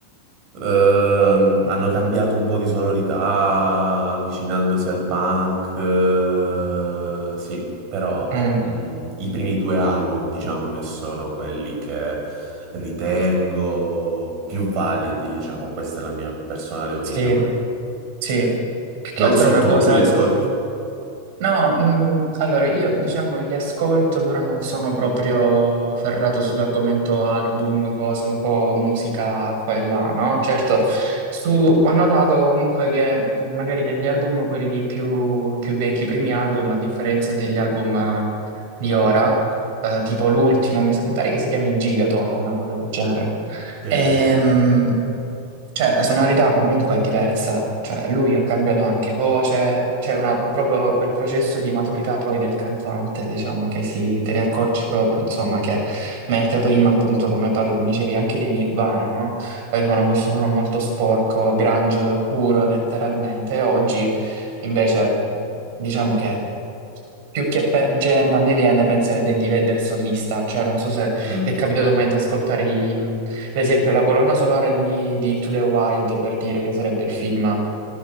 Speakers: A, on the right; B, on the right.
A: ehm, hanno cambiato un po' di sonorità avvicinandosi al punk, eh, sì, però
B: mm,
A: mh, i primi due album diciamo che sono quelli che ritengo più validi, diciamo, questa è la mia personale opinione.
B: sì, sì. Più che
A: Non
B: altro
A: so
B: è una
A: tu,
B: cosa,
A: tu li ascolti?
B: No, mh, allora io diciamo che li ascolto, però non sono proprio ferrato sull'argomento album, cose un po' musica qua e là, no? Certo, su- ho notato comunque che mh, magari negli album, quelli lì più, più vecchi, i primi album, a differenza degli album eh, di ora, eh, tipo l'ultimo, mi sa- mi pare che si chiami Gigaton o una cosa del genere.
A: Sì,
B: Ehm,
A: sì, sì.
B: cioè, la sonorità comunque è diversa, cioè lui ha cambiato anche voce, c'è una- proprio quel processo di maturità poi del cantante, diciamo, che si, te ne accorgi proprio, insomma, che mentre prima appunto, come parl- dicevi, anche dei Nirvana, no? Avevano questo suono molto sporco, grunge puro, letteralmente, oggi invece diciamo che più che per Gem a me viene da pensare a Eddie Vedder solista, cioè non so
A: Mm.
B: è capitato mai di ascoltare, i- ad esempio, la colonna sonora di, di Into the Wild, per dire che sarebbe il film